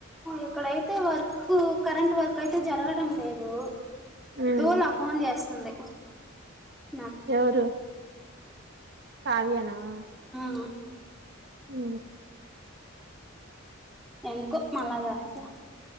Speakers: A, in the centre; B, on the right.
A: ఎక్కడైతే వర్క్ కరెంట్ వర్క్ అయితే జరగడం లేదు
B: ఉమ్
A: దూలా ఫోన్ చేస్తుంది అ
B: ఎవరు కావ్య నా ఆ
A: అ
B: ఊ
A: ఎందుకో మళాగాసా